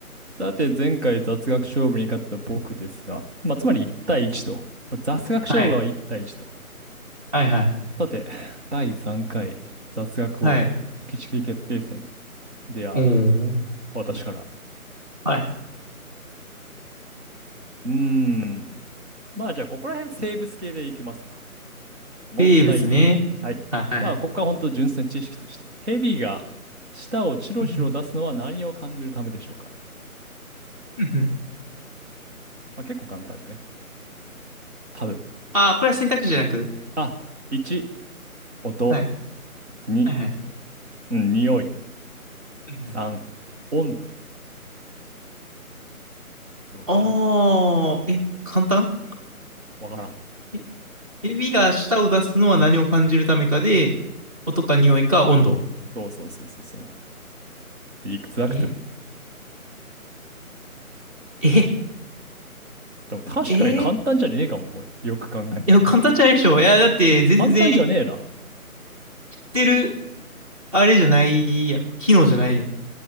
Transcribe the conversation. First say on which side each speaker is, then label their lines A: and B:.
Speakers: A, on the right; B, on the right.
A: さて、前回雑学勝負に勝った僕ですが、まあ、つまり1対1と。まあ雑学勝負は1対1と。
B: はい。はいはい。
A: さて、第3回雑学王引きちき決定戦
B: はい。
A: では、
B: おー。
A: 私から。
B: はい。
A: うーん。まあ、じゃあ、ここら辺生物系でいきますわ。問題。
B: 生物ね。
A: はい。
B: はい。
A: まあ、ここは本当純粋な知識として。ヘビが舌をチロチロ出すのは何を感じるためでしょうか
B: <laughs> うんうんうんうん
A: まあ、結構簡単よね。多分。
B: ああ、これは選択肢じゃなく。
A: あ、1、音。
B: はい。
A: 2、
B: はいはい。
A: うん、匂い。
B: うんうん
A: 3、温度。どうかな
B: おー、え、簡単
A: わからん。
B: え、指が舌を出すのは何を感じるためかで、音か匂いか温度。
A: そうそうそうそうそう。エグザクトリー。
B: え、え、
A: でも確かに簡単じゃねえかも、
B: え
A: これ。よく考えたら。
B: いや、簡単じゃないでしょ。いや、だって全然、
A: 簡単じゃねえな。
B: 言ってる、あれじゃないやん。機能じゃないやん。